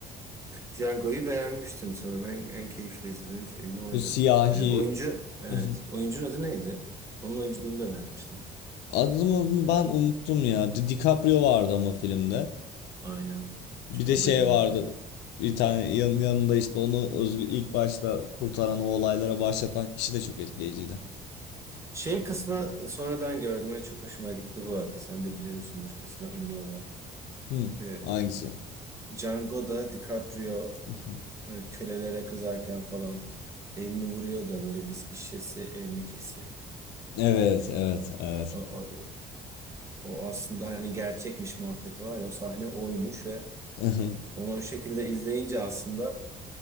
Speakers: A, on the right; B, on the left.
A: Django'yu beğenmiştim sanırım. En, en keyifli izlediğim film oydu.
B: Bu siyahi
A: E, oyuncu evet.
B: <laughs>
A: Oyuncunun adı neydi? Onun oyunculuğunu da beğenmiştim.
B: adını ben unuttum ya. Di- DiCaprio vardı ama filmde.
A: Aynen.
B: Bir
A: O
B: de şey
A: da güzeldi.
B: vardı. Bir tane yan- yanında işte onu özgü, ilk başta kurtaran o olaylara başlatan kişi de çok etkileyiciydi.
A: Şey kısmı sonradan gördüm ve çok hoşuma gitti bu arada. Sen de biliyorsundur kesin o ünlü olay.
B: Hmm,
A: Ee,
B: hangisi?
A: Django'da DiCaprio
B: <laughs>
A: e, kölelere kızarken falan elini vuruyor da böyle viski şişesi elini kesiyor.
B: Evet, evet, evet.
A: O, o, o aslında hani gerçekmiş muhabbeti var ya o sahne oymuş ve
B: <laughs>
A: onu o şekilde izleyince aslında